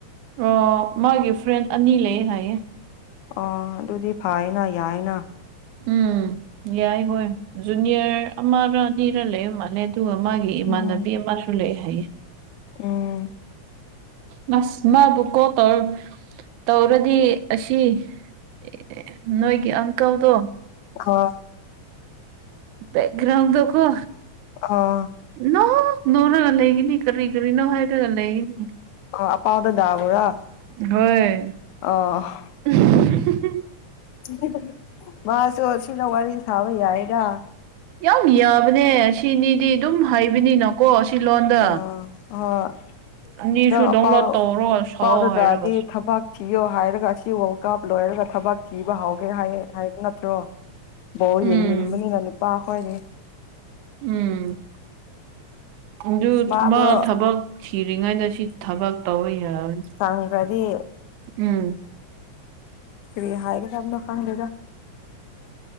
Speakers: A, on the right; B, on the left.
A: ꯑꯣ ꯃꯥꯒꯤ ꯐ꯭ꯔꯦꯟ ꯑꯅꯤ ꯂꯩꯌꯦ ꯍꯥꯏꯌꯦ
B: ꯑꯥ ꯑꯗꯨꯗꯤ ꯐꯩꯌꯦꯅ ꯌꯥꯏꯌꯦꯅ
A: ꯎꯝ ꯌꯥꯏ ꯍꯣꯏ ꯖꯨꯅꯤꯌꯔ ꯑꯃꯔꯥ ꯑꯅꯤꯔꯥ ꯂꯩꯕ ꯃꯥꯜꯂꯦ ꯑꯗꯨꯒ ꯃꯥꯒꯤ ꯏꯃꯥꯟꯅꯕꯤ
B: ꯎꯝ
A: ꯑꯃꯁꯨ ꯂꯩ ꯍꯥꯏꯌꯦ
B: ꯎꯝ
A: ꯅꯁ ꯃꯥꯕꯨ ꯀꯣꯜ ꯇꯧꯔ ꯇꯧꯔꯗꯤ ꯑꯁꯤ ꯑꯦ ꯅꯣꯏꯒꯤ ꯑꯪꯀꯜꯗꯣ
B: ꯑ
A: ꯕꯦꯛꯒ꯭ꯔꯥꯎꯟ ꯗꯣ ꯀꯣ
B: ꯑꯥ
A: ꯅꯣꯛ ꯅꯣꯛꯔꯒ ꯂꯩꯒꯅꯤ ꯀꯔꯤ ꯀꯔꯤꯅꯣ ꯍꯥꯏꯔꯒ ꯂꯩꯒꯅꯤ
B: ꯑꯣ ꯑꯄꯥꯥꯎꯗꯣ ꯇꯕ꯭ꯔꯥ
A: ꯍꯣꯏ
B: ꯑꯣ
A: <unintelligible>
B: <unintelligible> ꯃꯥꯁꯨ ꯑꯁꯤꯗ ꯋꯥꯔꯤ ꯁꯥꯕ ꯌꯥꯏꯌꯦꯔ
A: ꯌꯥꯝ ꯌꯥꯕꯅꯦ ꯑꯁꯤꯅꯤꯗꯤ ꯑꯗꯨꯝ ꯍꯩ ꯍꯩꯅꯤꯅꯀꯣ ꯑꯁꯤ ꯂꯣꯟꯗ
B: ꯑ ꯍꯣꯏ
A: ꯑꯅꯤꯁꯨ
B: ꯑꯗꯣ
A: ꯗꯗꯥꯎꯟꯂꯣꯗ
B: ꯑꯄꯥꯎ
A: ꯇꯧꯔꯣ ꯁꯛꯑꯣ
B: ꯄꯥꯎꯗꯗꯗꯤ
A: ꯍꯥꯏꯔꯒꯁꯨ
B: ꯊꯕꯛ ꯊꯤꯌꯣ ꯍꯥꯏꯔꯒ ꯑꯁꯤ ꯋꯥꯔꯜ ꯀꯞ ꯂꯣꯏꯔꯒ ꯊꯕꯛ ꯊꯤꯕ ꯍꯧꯎꯒꯦ ꯍꯥꯏ ꯍꯥꯏꯕ ꯅꯠꯇ꯭ꯔꯣ ꯕꯣꯜ
A: ꯎꯝ
B: ꯌꯦꯡꯅꯤꯡꯕꯅꯤꯅ ꯅꯨꯄꯥ ꯍꯣꯏꯔꯤ
A: ꯎꯝ ꯑꯗꯨ
B: ꯃꯥꯗꯣ
A: ꯃꯥ ꯊꯕꯛ ꯊꯤꯔꯤꯉꯩꯗ ꯁꯤ ꯊꯕꯛ ꯇꯧꯕ ꯌꯥꯔꯣꯏ
B: ꯆꯪꯒꯔꯗꯤ
A: ꯎꯝ
B: ꯀꯔꯤ ꯍꯥꯏꯒꯗꯅꯣ ꯈꯪꯗꯦꯗ